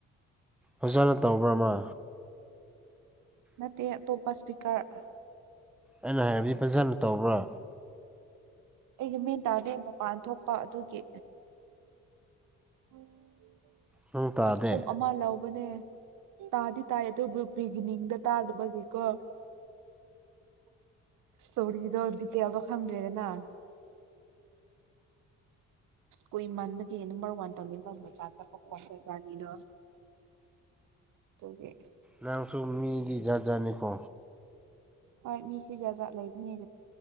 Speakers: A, in the centre; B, on the right.
A: ꯑꯣꯖꯥꯅ ꯇꯧꯕ꯭ꯔ ꯃꯥ
B: ꯅꯠꯇꯦ ꯑꯇꯣꯞꯄ ꯏꯁꯄꯤꯀꯔ
A: ꯑꯩꯅ ꯍꯥꯏꯕꯗꯤ ꯐꯖꯅ ꯇꯧꯕ꯭ꯔꯥ
B: ꯑꯩꯒꯤ ꯃꯤꯟ ꯇꯥꯗꯦ ꯃꯄꯥꯟ ꯊꯣꯛꯄ ꯑꯗꯨꯒꯤ <unintelligible>
A: ꯅꯪ ꯇꯥꯗꯦ
B: ꯑꯁ ꯄꯨꯡ ꯑꯃ ꯂꯧꯕꯅꯦ ꯇꯥꯗꯤ ꯇꯥꯏ ꯑꯗꯨꯕꯨ ꯕꯤꯒꯤꯅꯤꯡꯗ ꯇꯥꯗꯕꯒꯤꯀꯣ ꯁꯣꯔꯤꯗꯣ ꯗꯤꯇꯦꯜꯗꯣ ꯈꯪꯗ꯭ꯔꯦꯗꯅ ꯀꯨꯏꯃꯟ ꯅꯝꯕꯔ ꯋꯥꯟ ꯇꯧꯅꯤꯡꯕ ꯃꯄ ꯆꯠꯄ ꯈꯣꯠ ꯀꯩ ꯀꯅꯤꯅꯣ ꯑꯗꯨꯒꯤ
A: ꯅꯪꯁꯨꯨꯝ ꯃꯤꯗꯤ ꯖꯥꯠꯖꯥꯠꯅꯤꯀꯣ
B: ꯍꯣꯏ ꯃꯤꯁꯤ ꯖꯥ ꯖꯥꯠ ꯂꯩꯕꯅꯦ